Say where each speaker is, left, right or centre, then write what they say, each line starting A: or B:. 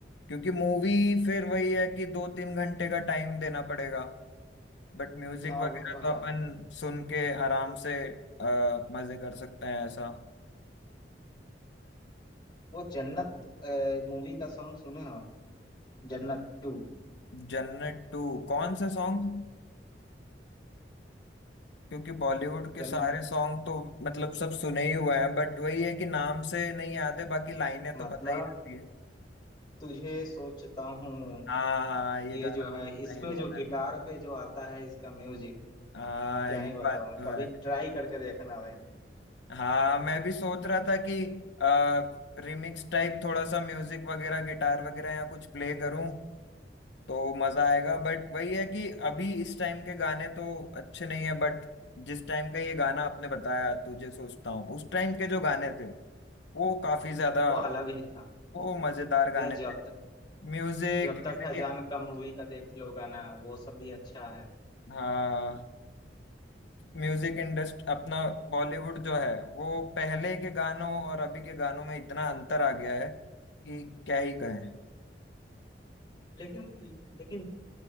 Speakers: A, on the left (about 75°); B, on the left (about 25°).
A: क्योंकि मूवी फिर वही है कि दो तीन घंटे का टाइम देना पड़ेगा बट म्यूजिक
B: हाँ
A: वगैरह
B: वो तो है
A: तो अपन सुन के आराम से अ, मजे कर सकते हैं ऐसा
B: वो जन्नत मूवी का सॉन्ग सुने हो जन्नत टू
A: जन्नत टू कौन सा सॉन्ग क्योंकि बॉलीवुड के
B: जन
A: सारे सॉन्ग तो मतलब सब सुने ही हुए हैं बट वही है कि नाम से नहीं याद है बाकी लाइनें तो
B: मतलब
A: पता ही रहती है
B: तुझे सोचता हूँ
A: हाँ हाँ हाँ, ये
B: ये
A: गाना
B: जो
A: तो
B: है
A: सुना
B: इस
A: ही
B: पे
A: हुआ
B: जो गिटार
A: है
B: पे जो आता है इसका म्यूजिक
A: हाँ
B: क्या
A: ये
B: ही बताऊं
A: बात तो
B: कभी
A: है
B: ट्राई करके देखना भाई
A: हाँ मैं भी सोच रहा था कि आ, रिमिक्स टाइप थोड़ा सा म्यूजिक वगैरह गिटार वगैरह या कुछ प्ले करूं तो मजा आएगा बट वही है कि अभी इस टाइम के गाने तो अच्छे नहीं है बट जिस टाइम का ये गाना आपने बताया तुझे सोचता हूँ उस टाइम के जो गाने थे वो काफी ज्यादा
B: वो अलग ही था
A: वो मजेदार गाने
B: या जब
A: थे
B: तक
A: म्यूजिक
B: जब तक
A: लिरिक
B: है जान का मूवी का देख लो गाना वो सब भी अच्छा है
A: हाँ म्यूजिक इंडस्ट अपना बॉलीवुड जो है वो पहले के गानों और अभी के गानों में इतना अंतर आ गया है कि क्या ही कहें
B: लेकिन लेकिन